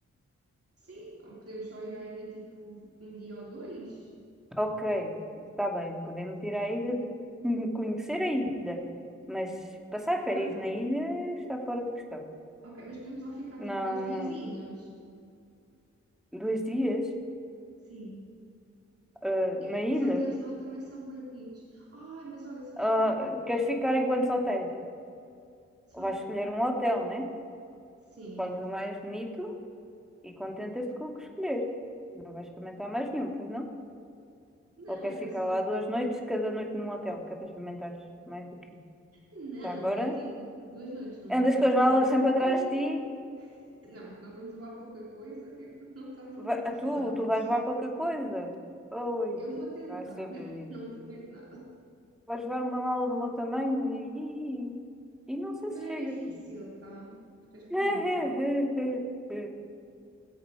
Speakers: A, on the right; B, in the centre.
A: Sim, ou podemos só ir à ilha tipo um dia ou dois?
B: Ok, está bem. Podemos ir à ilha, <laughs> conhecer a ilha, mas passar férias
A: Não,
B: na ilha está fora de questão.
A: ok, mas podemos lá ficar
B: Não,
A: tipo dois diazinhos.
B: dois dias,
A: Sim.
B: ah, na
A: É que
B: ilha.
A: os hotéis lá também são bem bonitos. Ai, mas olha, sabes
B: Ah,
A: o que é que também.
B: queres ficar em quantos hotéis?
A: Só.
B: Vais escolher um hotel, né?
A: Sim.
B: Escolhes o mais bonito e contentas-te com o que escolheres. Não vais experimentar mais nenhum, pois não?
A: Não,
B: Ou queres
A: era
B: ficar
A: só.
B: lá duas noites, cada noite num hotel, que é para experimentares mais do que um.
A: Não,
B: Já agora,
A: era tipo duas noites num
B: andas
A: hotel
B: com as
A: em
B: malas
A: Capri.
B: sempre atrás de ti
A: Não, porque nós vamos levar pouca coisa que é para não estarmos muito
B: Va-
A: carregadas.
B: a tu, tu vais levar qualquer coisa. Oi,
A: Eu vou tentar,
B: vai ser
A: <laughs>
B: bonito.
A: não prometo nada.
B: Vais levar uma mala do meu tamanho e, e, e não
A: Isso
B: sei
A: também
B: se chega.
A: é difícil, tá? Porque és pequenina.
B: <laughs>